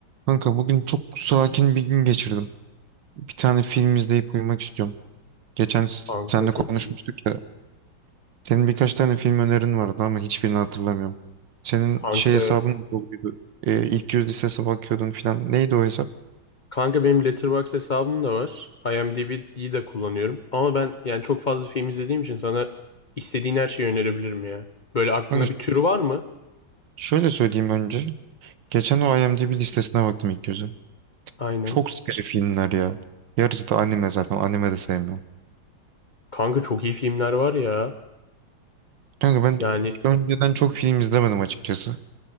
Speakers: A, on the right; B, on the left.
A: Kanka bugün çok sakin bir gün geçirdim. Bir tane film izleyip uyumak istiyorum. Geçen s-
B: Kanka
A: seninle
B: çok
A: konuşmuştuk
B: iyi.
A: ya. Senin birkaç tane film önerin vardı ama hiçbirini hatırlamıyorum. Senin
B: Kanka
A: şey hesabın da doluydu. Ee, ilk yüz listesine bakıyordun filan. Neydi o hesap?
B: kanka benim Letterboxd hesabım da var. IMDb'yi de kullanıyorum. Ama ben yani çok fazla film izlediğim için sana istediğin her şeyi önerebilirim ya. Böyle aklında
A: Kanka ş-
B: bir tür var mı?
A: şöyle söyleyeyim önce. Geçen o IMDb listesine baktım ilk yüzü.
B: Aynen.
A: Çok sıkıcı filmler ya. Yarısı da anime zaten. Anime de sevmiyorum.
B: Kanka çok iyi filmler var ya.
A: Kanka ben
B: Yani
A: önceden çok film izlemedim açıkçası.